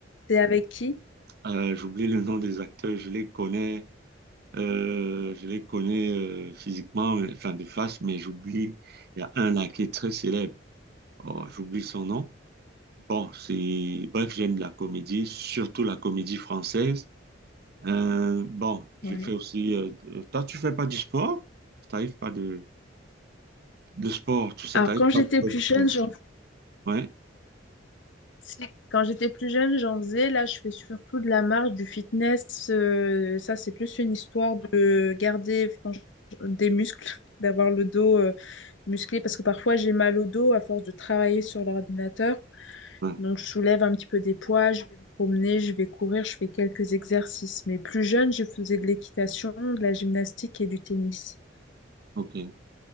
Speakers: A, on the left (about 80°); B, on the right (about 55°).
A: C'est avec qui?
B: Euh, j'oublie le nom des acteurs, je les connais. euh, je les connais euh, physiquement, mais- enfin de face, mais j'oublie. Il y a un là qui est très célèbre. Oh, j'oublie son nom. Bon, c'est... Bref, j'aime la comédie, surtout la comédie française. Euh, bon, je
A: Ouais.
B: fais aussi... euh, euh, toi, tu fais pas du sport? T'arrives pas de... de sport, tout ça,
A: Alors,
B: t'arrives
A: quand j'étais
B: pas de...
A: plus jeune, je
B: Ouais,
A: Si, Quand j'étais plus jeune, j'en faisais. Là, je fais surtout de la marche, du fitness. euh, ça, c'est plus une histoire de garder franch- des muscles, <laughs> d'avoir le dos euh, musclé. Parce que parfois, j'ai mal au dos à force de travailler sur l'ordinateur.
B: ouais,
A: Donc, je soulève un petit peu des poids, je vais me promener, je vais courir, je fais quelques exercices. Mais plus jeune, je faisais de l'équitation, de la gymnastique et du tennis.
B: ok.